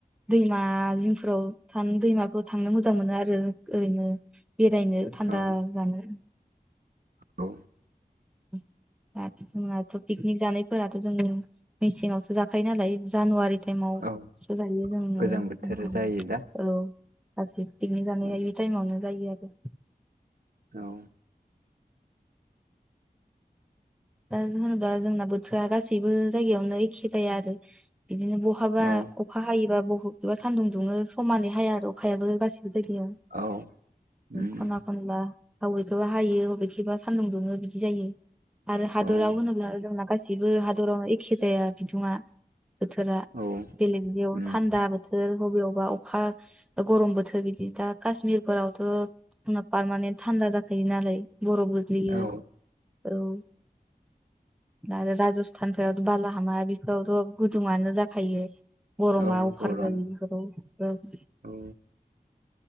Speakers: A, in the centre; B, on the right.
A: दैमा जिंफोराव थानो दैमाफोराव थांनो मोजां मोनो आरो ओरैनो बेरायनो थान्दा
B: औ
A: जानो।
B: औ
A: <inaudible> <unintelligible> जोंनाथ' पिकनिक जानायफोराथ' जों मेसेंआवसो जाखायो नालाय जानुवारि टाइमावसो
B: औ
A: जायो जोङो
B: गोजां बोथोर
A: ओंखाम
B: जायो दा
A: औ गासै पिकनिक जानाया
B: ओं
A: ओयबे टाइमावनो जायो आरो।
B: औ
A: दा होनोबा जोंना बोथोरा गासैबो जायगायावनो एखे जाया आरो बिदिनो बहाबा
B: औ
A: अखा हायोबा बहबा सानदुं दुङो समानै हाया आरो अखायाबो गासिबो जायगायाव
B: औ उम
A: खना खनला बबेखौबा हायो बबेखौबा सान्दुं दुङो बिदि जायो। आरो हादराव
B: औ
A: होनोब्ला जोंना गासैबो हादरावनो एखे जाया बिदुुंआ बोथोरा
B: औ
A: बेलेग बेयाव
B: उम
A: थान्दा बोथोर बबेयाव -बा अखा गरम बोथोर बिदि दा काश्मिरफोरावथ' पारमानेन्ट थान्दा जाखायो गनानै बरफ गोग्लैयो
B: औ
A: औ आरो राजस्थानफोरावथ' बालाहामा बेफोरावथ' गुदुङानो जाखायो। गरमा
B: औ
A: अभार
B: गरम
A: जायोबेफोराव
B: औ